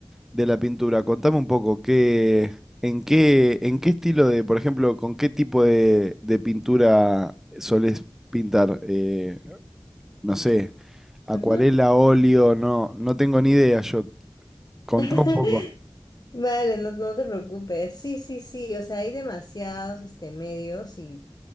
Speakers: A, in the centre; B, on the left.
A: de la pintura? Contame un poco, ¿qué, en qué, en qué estilo de, por ejemplo, con qué tipo de, de pintura solés pintar? Eh, no sé, acuarela,
B: ujú.
A: óleo, no, no tengo ni idea yo. Contá
B: <laughs>
A: un poco.
B: Vale, no, no te preocupes. Sí, sí, sí. O sea, hay demasiados este, medios y